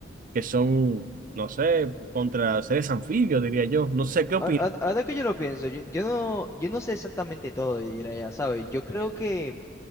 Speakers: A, on the right; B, on the left.
A: que son, no sé, contra seres anfibios, diría yo. No sé qué opinas.
B: Ah- ah- Ahora que yo lo pienso, yo, yo no, yo no sé exactamente todo de Jiraiya, ¿sabes? Yo creo que,